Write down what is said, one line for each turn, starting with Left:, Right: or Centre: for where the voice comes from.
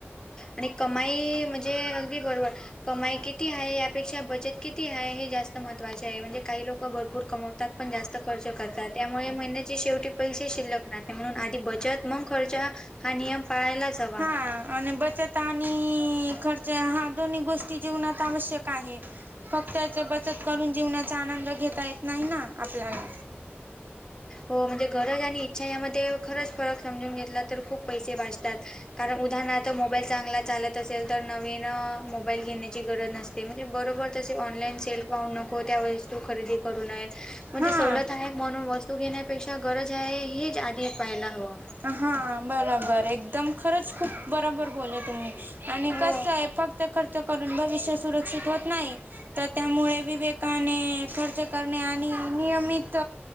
Left: आणि कमाई म्हणजे अगदी बरोबर कमाई किती आहे यापेक्षा बचत किती आहे हे जास्त महत्वाचे आहे. म्हणजे काही लोक भरपूर कमवतात पण जास्त खर्च करतात त्यामुळे महिन्याची शेवटी पैसे शिल्लक नाहीते म्हणून आधी बचत मग खर्च हा नियम पाळायलाच हवा.
Right: ह आणि बचत आणि खर्च हा दोन्ही गोष्टी जीवनात आवश्यक आहे. फक्त त्याच बचत करून जीवनाचा आनंद घेता येत नाही ना आपल्याला.
Left: हो म्हणजे गरज आणि इच्छा यामध्ये खरंच फरक समजून घेतला तर खूप पैसे वाचतात. कारण उदाहरणार्थ मोबाईल चांगला चालत असेल तर नवीन मोबाईल घेण्याची गरज नस ते म्हणजे बरोबर तसे ऑनलाईन सेल पाहू नको त्या वस्तू खरेदी करू नये. म्हणजे
Right: हा.
Left: सवलत आहे म्हणून वस्तू घेण्यापेक्षा गरज आहे हेच आधी पहायला हवं.
Right: हा बरोबर एकदम खरंच खूप बरोबर बोला तुम्ही आणि
Left: हो
Right: कस आहे फक्त खर्च करून भविष्य सुरक्षित होत नाही, तर त्यामुळे विवेकाने खर्च करणे आणि नियमित